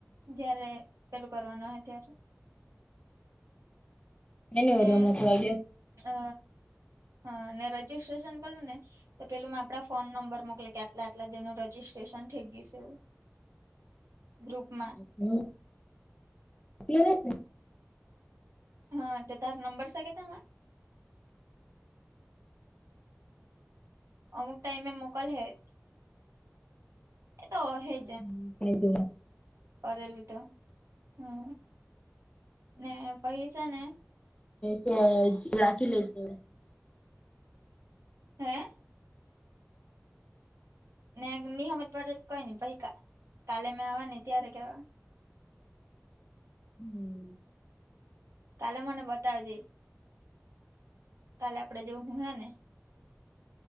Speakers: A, on the right; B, on the left.
A: જયારે પેલું કરવાનું હો ત્યારે.
B: એની
A: ને
B: હમણા થોડા દિવ.
A: અ હા રજીિસ્ટ્રેશન કરું ને. તો પેલું મે આપડા ફોન નંબર મોકલી કે આટલા આટલા જેનું રજીિસ્ટ્રેશન થઈ ગયું છે એવું. ગ્રુપમાં
B: હલી ને.
A: હા તો તાર નંબર છે કે તમામાં. અમુક ટાઈમે એ મોકલ હેજ એ તો હેજ.
B: હમ ક જ.
A: કરેલું તો હમ ને પૈસા ને.
B: તે રાખી લે છે.
A: હે. ને નિહમત પડે કઈ ન પછ કાલે મેં આવા ને ત્યારે કેવા.
B: હમ.
A: કાલે મને બતાવેજે. કાલે આપડે જોવ હું હે ને.